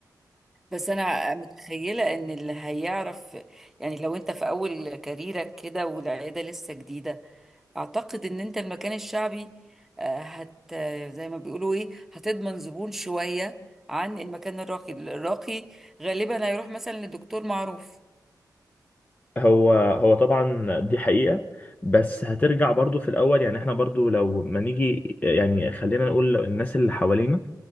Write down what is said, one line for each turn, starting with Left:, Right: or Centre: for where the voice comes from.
Centre: بس انا متخيله ان اللي هيعرف يعني لو انت في اول كاريرك كده والعياده لسه جديده اعتقد ان انت المكان الشعبي آه، هت آه، زي ما بيقولوا ايه هتضمن زبون شويه عن المكان الراقي الراقي غالبا هيروح مثلا لدكتور معروف
Left: هو هو طبعا دي حقيقة بس هترجع برضو في الأول يعني احنا برضو لو ما نيجي يعني خلينا نقول الناس اللي حوالينا